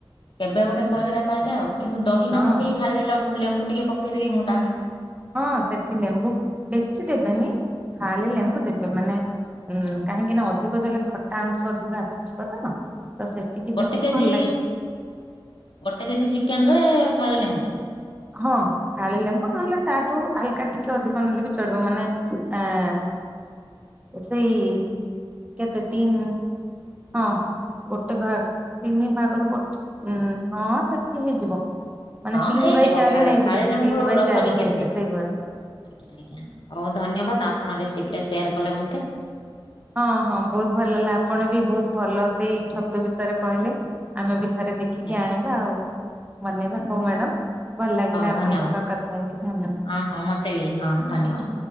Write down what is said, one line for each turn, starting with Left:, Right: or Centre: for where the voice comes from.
Left: କେବେ ଗୋଟେ କରିବା ତାହେଲେ ଆଉ କିନ୍ତୁ ଦହି
Right: ହଁ
Left: ନ ପକେଇକ ଖାଲି ଲେମ୍ ଲେମ୍ବୁ ଟିକେ ପକେଇଦେବି ମୁଁ ତାହାଲେ।
Right: ହଁ ସେଠି ଲେମ୍ବୁ ବେଶୀ ଦେବେନି ଖାଲି ଲେମ୍ବୁ ଦେବେ ମାନେ ଉଁ
Left: ଓହୋ।
Right: କାହିଁକି ନା ଅଧିକ ଦେଲେ ଖଟା ଅଂଶ ଅଧିକ ଆସିଯିବ ତ। ତ ସେତିକି
Left: ଗୋଟେ
Right: ଦେବୁ
Left: କେଜି
Right: ଭଲ ଲାଗିବ
Left: ଗୋଟେ କେଜି ଚିକେନରେ ଫାଳ ଲେମ୍ବୁ।
Right: ହଁ। ଫାଳେ ଲେମ୍ବୁ ନହେଲେ ତାଠୁ ହାଲକା ଟିକେ ଅଧିକ ନେଲେ ବି ଚଳିବ ମାନେ ଏଁ ସେଇ କେତେ ତିନ୍ ହଁ। ଗୋଟେ ଭାଗ ତିନି ଭାଗରୁ ଗୋ ହଁ ସେତିକି ହେଇଯିବ। ମାନେ
Left: ହଁ
Right: ତିନି
Left: ହେଇଯିବ
Right: ବାଇ ଚାରି
Left: ଫାଳେ
Right: ନେଇଯିବେ
Left: ଫାଳେ ଲେମ୍ବୁ
Right: ତିନି ବାଇ
Left: ରସ
Right: ଚାରି
Left: ବି କେତେ।
Right: ନେଇଯିବେ ସେଇଭଳିଆ
Left: ଆଜ୍ଞା ହଉ ଧନ୍ୟବାଦ ଆପଣ ରେସିପି ଟା ସେୟାର କଲେ ମୋତେ।
Right: ହଁ ହଁ ବହୁତ ଭଲ ଲା ଆପଣ ବି ବହୁତ ଭଲ ସେଇ ଛତୁ ବିଷୟରେ କହିଲେ। ଆମେ ବି ଥରେ ଦେଖିକି
Left: ଆଜ୍ଞା
Right: ଆଣିବା ଆଉ। ଧନ୍ୟବାଦ ହଉ ମ୍ୟାଡାମ ଭଲ ଲାଗିଲା
Left: ହଉ
Right: ଆପଣଙ୍କ
Left: ଧନ୍ୟବାଦ।
Right: ସହ କଥା ହେଇକି ଧନ୍ୟବାଦ।
Left: ହଁ ହଁ ମୋତେ ବି ହଁ ଧନ୍ୟବାଦ।